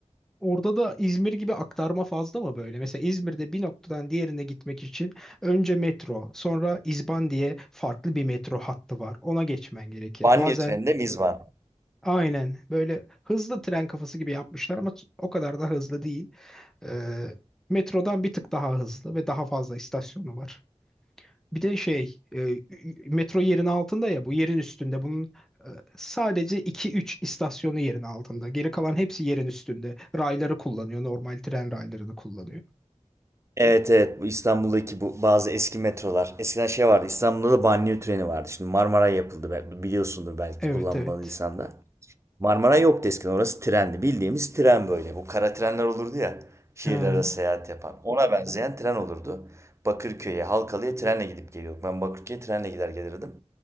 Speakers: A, in the centre; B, on the right (about 25°).
A: Orada da İzmir gibi aktarma fazla mı böyle? Mesela İzmir'de bir noktadan diğerine gitmek için önce metro, sonra İzban diye farklı bir metro hattı var. Ona geçmen gerekir.
B: Banliyö
A: Bazen
B: treninde miz var.
A: aynen böyle hızlı tren kafası gibi yapmışlar ama o kadar da hızlı değil. Ee, metrodan bir tık daha hızlı ve daha fazla istasyonu var. Bir de şey, e, metro yerin altında ya, bu yerin üstünde. Bunun e, sadece iki üç istasyonu yerin altında. Geri kalan hepsi yerin üstünde. Rayları kullanıyor, normal tren raylarını kullanıyor.
B: Evet evet bu İstanbul'daki bu bazı eski metrolar. Eskiden şey vardı İstanbul'da da banliyö treni vardı. Şimdi Marmaray yapıldı be- biliyorsundur belki
A: Evet,
B: kullanmadıysan
A: evet.
B: da. Marmaray yoktu eskiden orası trendi. Bildiğimiz tren böyle. Bu kara trenler olurdu ya şehirler
A: Ha,
B: arası seyahat yapan. Ona benzeyen tren olurdu. Bakırköy'e, Halkalı'ya trenle gidip geliyorduk. Ben Bakırköy'e trenle gider gelirdim.